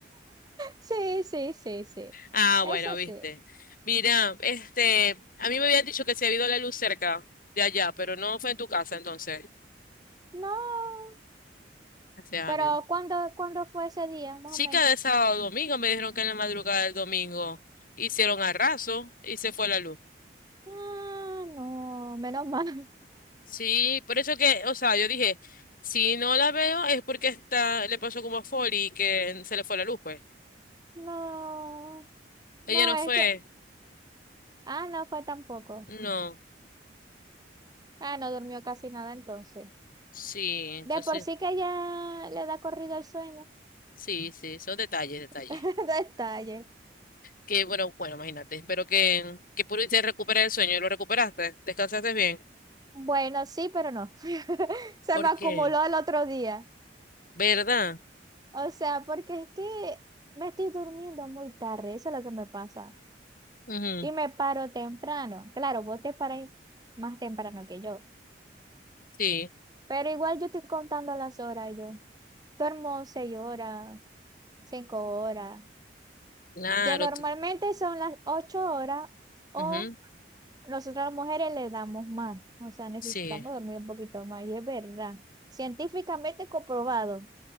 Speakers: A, on the right; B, on the left.
A: Sí, sí, sí, sí.
B: Ah, bueno,
A: Eso
B: viste.
A: sí.
B: Mira, este, a mí me habían dicho que se había ido la luz cerca de allá, pero no fue en tu casa, entonces.
A: No.
B: Gracias a
A: Pero
B: Dios.
A: ¿cuándo, cuándo fue ese día, más
B: Sí,
A: o menos?
B: cada sábado o domingo me dijeron que en la madrugada del domingo hicieron arraso y se fue la luz.
A: Ah, no, menos mal.
B: Sí, por eso que, o sea, yo dije, si no la veo es porque está, le pasó como a Folly que se le fue la luz, pues.
A: <laughs> No. No,
B: Ella no
A: es
B: fue.
A: que, ah, no fue tampoco.
B: No.
A: Ah, no durmió casi nada entonces.
B: Sí, entonces,
A: De por sí que ya le da corrido el sueño.
B: sí, sí, son detalles, detalles.
A: <laughs> Detalle.
B: Que bueno, bueno, imagínate. Espero que, que pudiste recuperar el sueño. ¿Lo recuperaste? ¿Descansaste bien?
A: Bueno, sí, pero no. <laughs> Se
B: Porque,
A: me acumuló al otro día.
B: ¿verdad?
A: O sea, porque es que me estoy durmiendo muy tarde, eso es lo que me pasa.
B: Ujú,
A: Y me paro temprano. Claro, vos te paráis más temprano que yo.
B: Sí,
A: Pero igual yo estoy contando las horas yo. Duermo seis horas, cinco horas,
B: claro.
A: que normalmente
B: tú-
A: son las ocho horas o
B: ujú,
A: Nosotras las mujeres le damos más, o sea, necesitamos
B: Sí,
A: dormir un poquito más, y es verdad. Científicamente comprobado